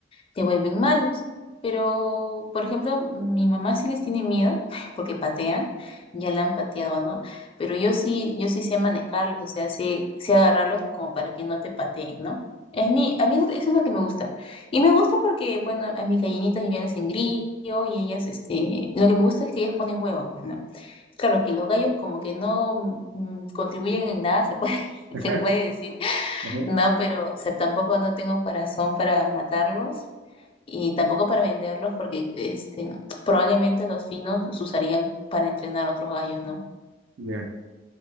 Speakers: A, on the left (about 30°); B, on the right (about 80°).
A: te vuelven malos. Pero, por ejemplo, mi mamá sí les tiene miedo <laughs> porque patean, ya la han pateado, ¿no? Pero yo sí, yo sí sé manejarlos, o sea, sé, sé agarrarlos como para que no te pateen, ¿no? Es mi, a mí eso eso es lo que me gusta. Y me gusta porque, bueno, a mis gallinitas yo ya les engrillo y ellas, este, lo que me gusta es que ellas ponen huevos, pues, ¿no? Claro que los gallos como que no mm, contribuyen en nada, se puede, <laughs>
B: <laughs>
A: se puede decir,
B: Ajá.
A: no, pero, o sea, tampoco no tengo corazón para matarlos y tampoco para venderlos porque este, probablemente los finos los usarían para entrenar otros gallos, ¿no?
B: Ya.